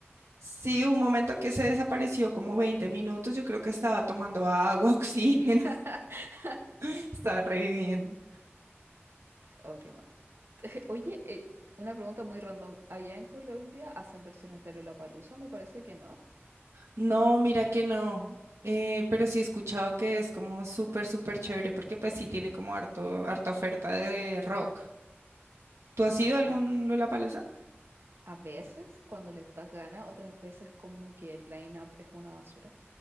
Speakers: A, on the right; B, on the right.
A: sí, un momento que se desapareció como 20 minutos, yo creo que estaba tomando agua, <laughs> oxígeno,
B: <laughs>
A: estaba reviviendo.
B: Oh, qué mal. <laughs> Oye, eh, una pregunta muy random. ¿Allá en Colombia hacen versiones de Lollapalooza? Me parece que no.
A: No, mira que no. eh, pero sí he escuchado que es como súper, súper chévere porque pues sí tiene como harto, harta oferta de rock. ¿Tú has
B: S-
A: ido a algún
B: A,
A: Lollapalooza?
B: a veces cuando les das gana, otras veces como que el line-up es una basura.